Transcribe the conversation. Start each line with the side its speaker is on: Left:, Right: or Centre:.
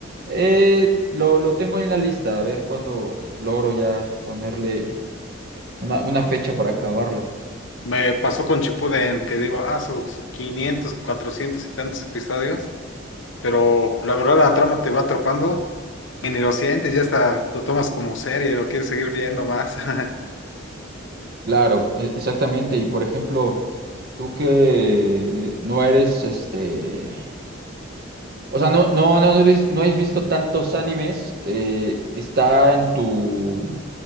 Right: eh, lo, lo tengo en la lista. A ver cuándo logro ya ponerle una, una fecha para acabarlo.
Left: Me pasó con Shippuden, que digo, ah, su, su 500, 400 y tantos episodios. Pero la verdad la trama te va atrapando y ni lo sientes, ya hasta lo tomas como serie, lo quieres seguir viendo más. <laughs>
Right: Claro, e- exactamente. Y por ejemplo, tú que no eres este O sea, no, no, no, no, habéis no habéis visto tantos animes. eh, está en tu,